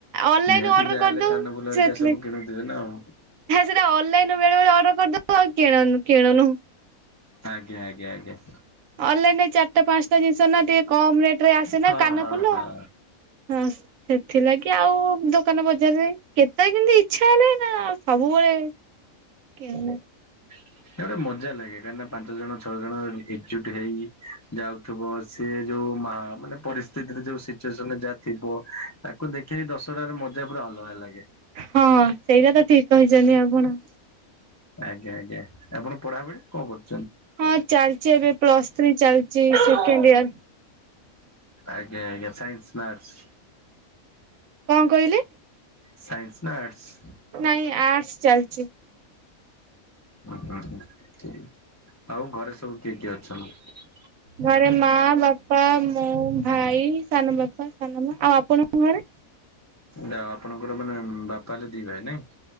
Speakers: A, on the right; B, on the left.
A: ଅନଲାଇନ
B: ନିହାତି
A: ଅର୍ଡର
B: ଯାହାହେଲେ
A: କରିଦଉ
B: କାନ ଫୁଲ ହେରିକା
A: ସେଥିଲାଗି
B: ସବୁ କିଣୁଥିବେ ନା ଆଉ।
A: ସେଟା ଅନଲାଇନ ବେଳେବେଳେ ଅର୍ଡର କରିଦବୁ ଆଉ କିଣ କିଣୁନୁ।
B: ଆଜ୍ଞା ଆଜ୍ଞା ଆଜ୍ଞା।
A: ଅନଲାଇନରେ ଚାରିଟା ପାଞ୍ଚଟା ଜିନିଷ ନା ଟିକେ କମ୍ ରେଟ୍ ରେ ଆସେ ନା
B: ହଁ
A: କାନ
B: ହଁ
A: ଫୁଲ।
B: ହଁ
A: ହଁ ସେଥିଲାଗି ଆଉ ଦୋକାନ ଦୋକାନ ବଜାରରେ କେତେବେଳେ କେମିତି ଇଛା ହେଲେ ନା ସବୁବେଳେ କିଣୁନୁ।
B: ସେଟା ଗୋଟେ ମଜା ଲାଗେ କାହିଁକିନା ପାଞ୍ଚ ଜଣ ଛଅ ଜଣ ଏ ଏକଜୁଟ ହେଇ ଯାଉଥିବ ସେ ଯଉ ଯୋଉ ମାଆ ମାନେ ପରିସ୍ଥିତିରେ ଯୋଉ ସିଚୁଏସନରେ ଯାହା ଥିବ ତାକୁ ଦେଖିକି ଦଶହରାର ମଜା ପୁରା ଅଲ ଲଗା ଲାଗେ।
A: ହଁ ସେଇଟା ତ ଠିକ୍ କହିଛନ୍ତି ଆପଣ।
B: ଆଜ୍ଞା ଆଜ୍ଞା। ଆପଣ ପଢ଼ାପଢ଼ି କଣ କରୁଚ
A: ହଁ ଚାଲଚି ଏବେ ପ୍ଲସ ଥ୍ରୀ ଚାଲଚି ସେକେଣ୍ଡିଅର।
B: ଆଜ୍ଞା ଆଜ୍ଞା। ସାଇନ୍ସ ନା ଆର୍ଟସ୍?
A: କଣ କହିଲେ?
B: ସାଇନ୍ସ ନା ଆର୍ଟସ୍?
A: ନାଇଁ ଆର୍ଟସ ଚାଲିଚି।
B: ହୁଁ ହୁଁ ହୁଁ। ଆଉ ଘରେ ସବୁ କିଏ କିଏ ଅଛନ୍ତି?
A: ଘରେ ମାଆ ବାପା, ମୁଁ, ଭାଇ, ସାନ ବାପା, ସାନ ମା। ଆଉ ଆପଣଙ୍କ ଘରେ?
B: ଯାହଉ ଆପଣଙ୍କର ମାନେ ବାପା ହେଲେ ଦି ଭାଇ ନାଇଁ?